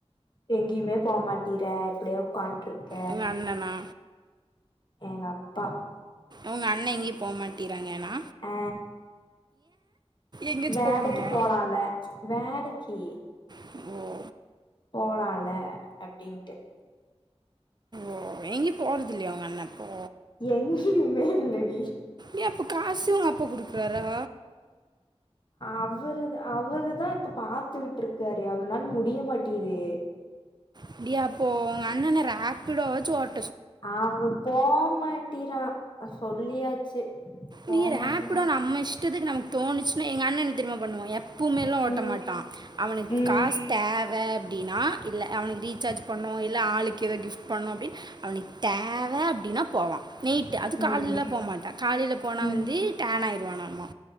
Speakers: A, on the left (about 45°); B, on the right (about 40°).
A: எங்கியுமே போமாட்டிற இப்டியே உட்கான்ட்டுருக்க
B: உங்கள் அண்ணனா
A: எங்க அப்பா
B: உங்க அண்ண எங்கியு போமாட்டிறாங்கனா
A: அ
B: எங்கேயாச்சும்
A: வேலைக்கு
B: போகணுமா
A: போலால்ல வேலைக்கி
B: ம்
A: போலால அப்டின்ட்டு
B: ஓ எங்கியு போறது இல்லயா உங்க அண்ண இப்போ
A: எங்கயுமே இல்லடி
B: ஏ அப்போ காசு உங்க அப்பா குடுக்குறாரா
A: அவரு அவருதா இப்ப பாத்துக்கிட்ருக்காரு அவர்னால முடிய மாட்டிங்குது
B: அப்டியா அப்போ உங்க அண்ணன ராப்பிடோ வாச்சு ஓட்
A: அவே போமாட்டேங்றா சொல்லியாச்சு போமாட்டீறா
B: நீ ரப்டோ நம்ம இஷ்டத்துக்கு நமக்கு தோணுச்சுன்னா எங்க அண்ண என்ன தெரியுமா பண்ணுவா எப்பமேலா ஓட்ட
A: ம்
B: மாட்டா அவனுக்
A: ம்
B: காசு தேவ அப்டின்னா இல்ல அவனுக்கு ரீசார்ஜ் பண்ணணு இல்ல ஆளுக்கு ஏதோ கிஃப்ட் பண்ணணு அப்டின்னு அவனுக்கு தேவ அப்டின்னா போவா நீ அது
A: ம்
B: காலிலல்லா போமாட்டா காலில போனா
A: ம்
B: வந்து டேன் ஆயிரவானாம்மா